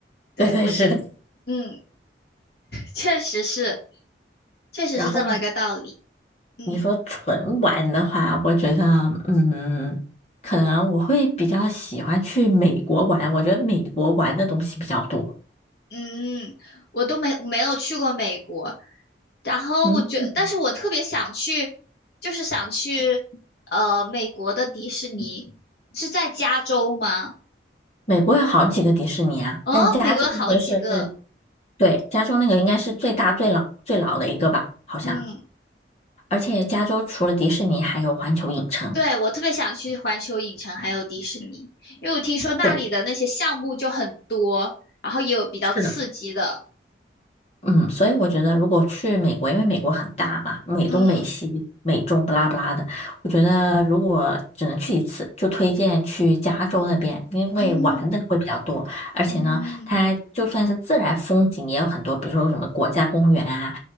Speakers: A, on the left (about 60°); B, on the left (about 35°).
A: 对，
B: 对对，
A: 我觉得，
B: 是的。
A: 嗯，确实是，确实是这么个道理。
B: 然后
A: 嗯
B: 你说纯玩的话，我觉得嗯，可能我会比较喜欢去美国玩，我觉得美国玩的东西比较多。
A: 嗯，我都没没有去过美国，然后我觉但是我特别想去，
B: 嗯，
A: 就是想去，呃，美国的迪士尼是在加州吗？
B: 美国有好几个迪士尼啊，
A: 哦，
B: 但是加州那个是，
A: 美国有好几个，
B: 对，加州那个应该是最大最老最老的一个吧，好像。
A: 嗯。
B: 而且加州除了迪士尼，还有环球影城。
A: 对，我特别想去环球影城还有迪士尼，因为我听说那里的那些项目就很多，
B: 对，
A: 然后也有比较刺激的。
B: 是的，嗯，所以我觉得如果去美国，因为美国很大嘛，美东、
A: 嗯
B: 美西、美中不拉不拉的，我觉得如果只能去一次，就推荐去加州那边，因为玩的会比较多，
A: 嗯
B: 而且呢，
A: 嗯
B: 它就算是自然风景也有很多，比如说什么国家公园啊。